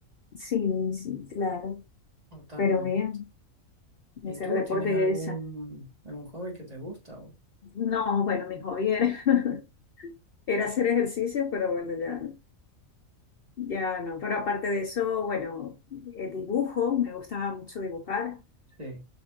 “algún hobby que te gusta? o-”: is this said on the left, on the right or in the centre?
Right